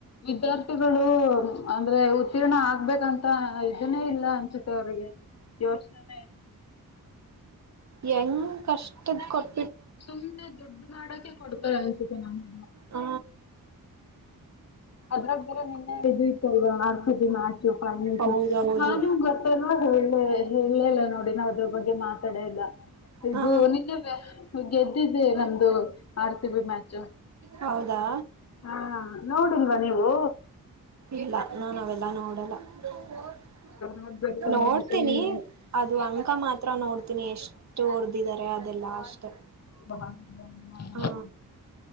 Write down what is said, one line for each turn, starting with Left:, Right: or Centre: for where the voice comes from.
Left: ವಿದ್ಯಾರ್ಥಿಗಳು ಅಂದ್ರೆ ಉತ್ತೀರ್ಣ ಆಗ್ಬೇಕಂತ ಇದನ್ನೇ ಇಲ್ಲ ಅನ್ಸುತ್ತ <unintelligible> <unintelligible> ಗೆ ಯೋಚನೆ ಇ <unintelligible>
Right: ಹೆಂಗ ಕಷ್ಟದ ಕೊಟ್ಟ <unintelligible>
Left: ಸುಮ್ನೆ ದುಡ್ಡು ಮಾಡೋಕೆ ಕೊಡಬ <unintelligible> ರಸೆ ನ <unintelligible>
Right: ಹ
Left: ಅದ್ರಗ್ ಬೇರೆ ನಿನ್ನೆ ಇದು ಇತ್ತುಲ್ವಾ R C B match finals
Right: ಹೌದೌದು
Left: ಹಾಂ ನಿಮ್ಗ್ ಗೊತ್ತಲ್ವ <unintelligible> ಹೇಳೇಲ್ಲ ನೋಡಿ ನಾ ಅದ್ರ ಬಗ್ಗೆ ಮಾತಾಡೀಲ್ಲ ಇದು
Right: ಹಾ
Left: ನಿನ್ನ ಗೆದ್ದಿದ್ದೆ ನಮ್ದು ಆರ್ ಸಿ ಬಿ ಮ್ಯಾಚ್
Right: ಹೌದಾ
Left: ಹಾ ನೋಡಿಲ್ವಾ ನೀವು
Right: ಇಲ್ಲ ನ ನಾವೆಲ್ಲ ನೋಡಲ್ಲ <unintelligible>
Left: ನೋಡ್ಬೇಕು ತಾನೆ
Right: ನೋಡ್ತಿನಿ
Left: ಸುಮ್ನೆ
Right: ಅದು ಅಂಕ ಮಾತ್ರ ನೋಡ್ ತಿನಿ ಎಷ್ಟು ಹೊಓರ್ದಿದ್ದಾರೆ ಅದೆಲ್ಲ ಅಷ್ಟೆ
Left: ಹ <unintelligible>
Right: ಹಾ